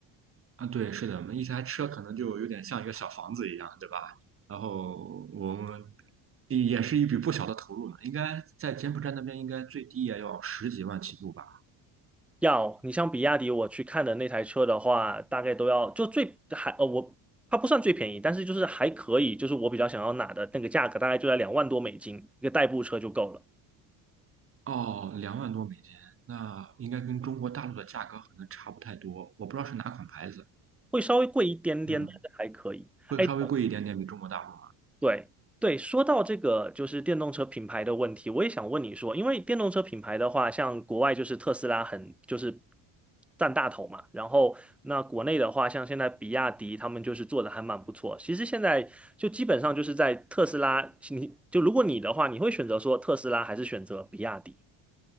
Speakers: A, on the right; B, in the centre.
A: 啊，对，是的，我们一台车可能就有点像一个小房子一样，对吧？然后我们也是一笔不小的投入呢，应该在柬埔寨那边应该最低也要十几万起步吧？
B: 要，你像比亚迪，我去看的那台车的话，大概都要就最还呃我它不算最便宜，但是就是还可以，就是我比较想要拿的那个价格大概就在两万多美金，一个代步车就够了，
A: 哦，两万多美金，那应该跟中国大陆的价格可能差不太多，我不知道是哪款牌子，
B: 会稍微贵一点点，
A: 嗯，
B: 但是还可以。
A: 会稍微贵一点点，
B: 哎，
A: 比中国大陆
B: 对对，说到这个就是电动车品牌的问题，我也想问你说，因为电动车品牌的话，像国外就是特斯拉很就是占大头嘛，然后那国内的话，像现在比亚迪他们就是做的还蛮不错。其实现在就基本上就是在特斯拉，你就如果你的话，你会选择说特斯拉还是选择比亚迪？